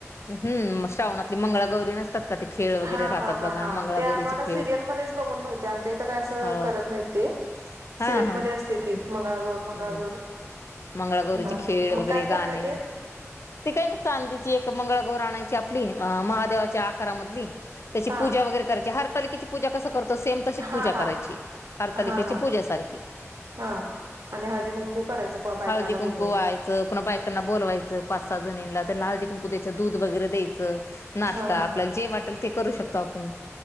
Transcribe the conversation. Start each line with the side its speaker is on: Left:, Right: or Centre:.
Left: हम् श्रावणातली मंगळा गौरी नसतात का ते खेळ वगैरे
Right: हा
Left: राहतात
Right: हा हां
Left: बघा
Right: हा
Left: मंगळागौरीचे
Right: ते आम्हाला
Left: खेळ.
Right: सिरियलमध्येच बघून माहितीय आमच्या इथं काय असं
Left: हो
Right: करत नाही ते.
Left: हा
Right: सिरियलमध्ये
Left: हा
Right: असतय की मंगळागौर मंगळागौर.
Left: हम्म मंगळागौरीचे
Right: हा
Left: खेळ
Right: मग
Left: वगैरे
Right: काय
Left: गाणे
Right: करताय ते
Left: ते काही नाही चांदी एक मंगळा गौर आणायची आपली महादेवाच्या आकारामधली त्याची
Right: हा
Left: पूजा वगैर करायची. हरतालिकेची पूजा कस. करतो सेम तशीच
Right: हा
Left: पूजा
Right: हा
Left: करायची हरतालिकेची
Right: हा हा
Left: पूजे सारखी.
Right: हा आणि हळदी कुंकू करायचं. बायकांना
Left: हळदी
Right: बोलवून
Left: कुंकू वाहायचं. पुना बायकांना बोलवायचं पाच सहा जणींना त्यांना- हलदी कुंकू द्याचं दूध वगैरे दयचं. नाश्ता
Right: हा हा
Left: आपल्याला जे वाटेल ते करू शकतो आपण.